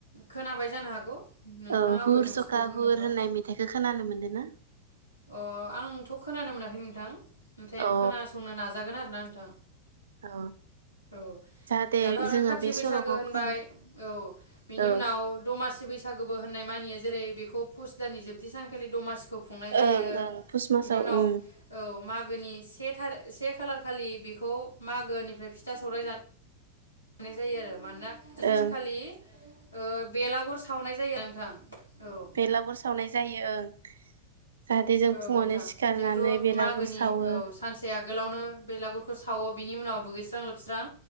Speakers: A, on the left; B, on the right.
A: खोनाबाय जानो हागौ नोंथाङा
B: औ हुर
A: अबे मोनसेखौ
B: सखा
A: बुंदोंबा
B: हुर होननाय मेथाइखौ खोनानो मोन दोना?
A: अ आंथ' खोनानो मोनाखै नोंथां। नाथाइ आं
B: अ
A: खोनासंनो नाजागोन आरोना नोंथां
B: औ
A: औ
B: जाहाथे
A: दाथ' आरो
B: जोङो
A: खाथि
B: बे
A: बैसागु
B: सल'खौ
A: होनबाय
B: खोनो
A: औ बिनि
B: औ
A: उनाव दमासि बैसागोबो होन मानियो जेरै बेखौ फुस दाननि जोबथि सानखालि दमासिखौ खुंनाय जायो
B: ओं ओं पुस मासाव
A: बिनि उनाव
B: ओं
A: औ मागोनि से थार से खालार खालि बेखौ मागोनिफ्राय फिथा सौराय जानो लानाय जायो आरो मानोना सेथि
B: ओं
A: सानखालि ओ बेलागुर सावनाय जायो नोंथां। औ
B: बेलागुर सावनाय जायो ओं जाहाथे जों
A: औ
B: फुङावनो
A: नोंथां
B: सिखारनानै
A: जिहेथु
B: बेलागुर
A: मागोनि
B: सावो
A: औ सानसे आगोलावनो बे लागुरखौ सावो बिनि उनाव दुगैस्रां लोबस्रां